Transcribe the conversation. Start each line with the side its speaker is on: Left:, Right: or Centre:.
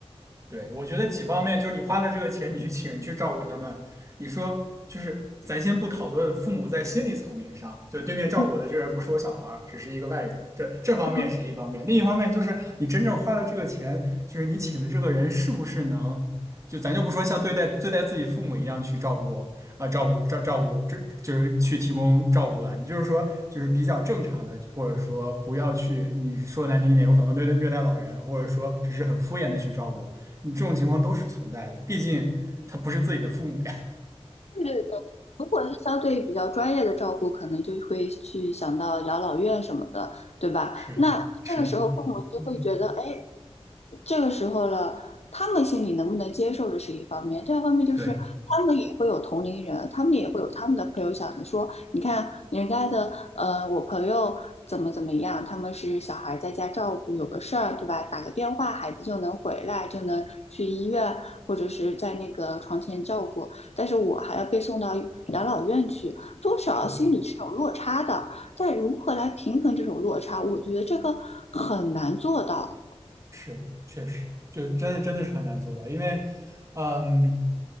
Right: 对，我觉得几方面，就是你花了这个钱，你去请人去照顾他们，你说就是咱先不讨论父母在心理层面上，就对面照顾我的这个人不是我小孩儿，
Left: 嗯，
Right: 只是一个外人，这这方面是一方面，
Left: 嗯，
Right: 另一方面就是你真正花了这个钱，就是你请的这个人是不是能，就咱就不说像对待对待自己父母一样去照顾啊、呃照顾照照顾，这就是去提供照顾了，你就是说就是比较正常的，或者说不要去你说难听一点，有可能对待虐待老人，或者说只是很敷衍的去照顾。你这种情况都是存在的，毕竟他不是自己的父母呀。
Left: 对是的，如果是相对比较专业的照顾，可能就会去想到养老院什么的，对吧？
Right: 是是的，
Left: 那这个时候父母就会觉得，
Right: 嗯，
Left: 哎，这个时候了，他们心里能不能接受，这是一方面；第二方面就是他们也会有同龄人，
Right: 对。
Left: 他们也会有他们的朋友想着说，你看人家的呃，我朋友怎么怎么样，他们是小孩在家照顾，有个事儿，对吧？打个电话，孩子就能回来，就能去医院或者是在那个床前照顾，但是我还要被送到养老院去，多少心里是有落差的。
Right: 是的。
Left: 但如何来平衡这种落差，我觉得这个很难做到。
Right: 是，确实，就真的真的是很难做到，因为，嗯，